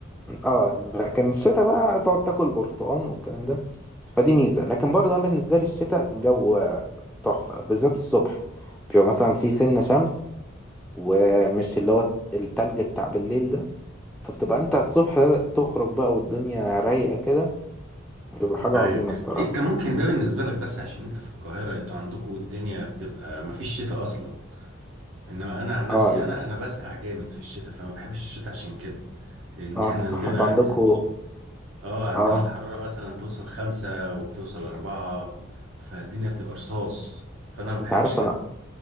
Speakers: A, in the centre; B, on the right (about 80°).
A: اه لكن الشتاء بقى تقعد تاكل برتقال والكلام ده فدي ميزة لكن برضو انا بالنسبة لي الشتاء الجو تحفة بالذات الصبح بيبقى مثلا في
B: مم.
A: سنة شمس ومش اللي هو التلج بتاع بالليل ده فبتبقى انت الصبح تخرج بقى والدنيا رايقة كده بيبقى حاجة
B: ايوه
A: عظيمة بصراحة
B: انت ممكن ده بالنسبة لك بس عشان انت في القاهرة انتوا عندكوا الدنيا بتبقى مفيش شتاء اصلا انما انا عن نفسي
A: اه
B: انا انا بسقع جامد في الشتاء فما بحبش الشتاء عشان كده لان
A: اه
B: احنا
A: انت صح
B: عندنا
A: انت عندكوا
B: اه عندنا
A: اه
B: الحرارة مثلا توصل خمسة وبتوصل اربعة فالدنيا بتبقى رصاص فانا ما بحبش
A: انت عارف
B: كده
A: انا